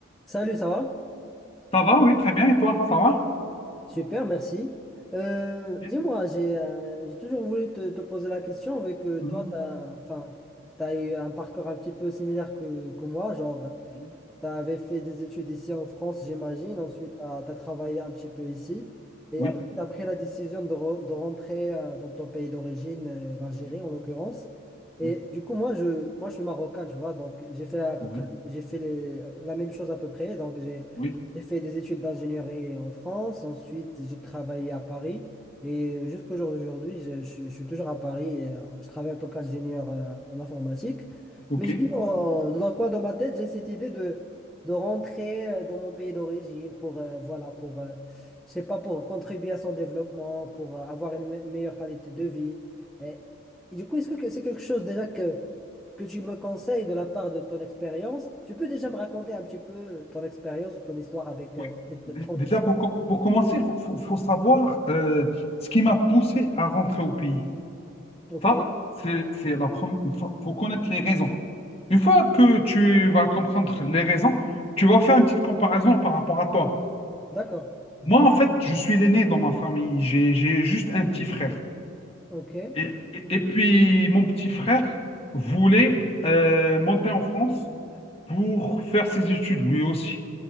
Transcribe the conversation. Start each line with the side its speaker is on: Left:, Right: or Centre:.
Centre: Salut, ça va?
Left: Ça va, oui, très bien. Et toi, ça va?
Centre: Super, merci. Euh,
Left: Eh,
Centre: dis-moi, j'ai euh, j'ai toujours voulu te, te poser la question, vu que
Left: mhm,
Centre: toi, tu as, enfin, t'as eu un parcours un petit peu similaire que, que moi. Genre,
Left: mhm,
Centre: Tu avais fait des études ici en France, j'imagine. Ensuite, tu as, travaillé un petit peu ici. Et
Left: Oui,
Centre: après, tu as pris la décision de, re- de rentrer euh, dans ton pays d'origine, euh, l'Algérie
Left: Oui,
Centre: en l'occurrence. Et
Left: oui,
Centre: du coup, moi, je, moi, je suis marocain, tu vois. Donc, j'ai fait à peu
Left: oui,
Centre: près,
Left: oui,
Centre: j'ai fait les- euh, la même chose à peu près. Donc, j'ai,
Left: oui.
Centre: j'ai fait des études d'ingénierie en France. Ensuite, j'ai travaillé à Paris. Et jusqu'au jour d'aujourd'hui, je, je- je suis toujours à Paris et euh, je travaille en tant qu'ingénieur euh, en informatique.
Left: OK.
Centre: Mais j'ai toujours, euh, dans un coin de ma tête, j'ai cette idée de de rentrer euh, dans mon pays d'origine pour, euh, voilà, pour, euh, je sais pas, pour contribuer à son développement, pour euh, avoir une me- meilleure qualité de vie. Et, et du coup, est-ce que c'est quelque chose déjà que, que tu me conseilles de la part de ton expérience? Tu peux déjà me raconter un petit peu ton expérience ou ton histoire avec euh,
Left: oui.
Centre: cette
Left: Dé-
Centre: transition?
Left: Déjà, pour, com- pour commencer, il faut, faut- faut savoir euh, ce qui m'a poussé à rentrer au pays.
Centre: Ok,
Left: Ça, c'est c'est la première. Il faut, faut connaître les raisons. Une fois que tu vas comprendre les raisons, tu vas faire une petite comparaison par rapport à toi.
Centre: d'accord.
Left: Moi, en fait, je suis l'aîné dans ma famille. J'ai, j'ai juste un petit frère.
Centre: Ok,
Left: Et, et- et puis, mon petit frère voulait euh, monter en France pour faire ses études, lui aussi.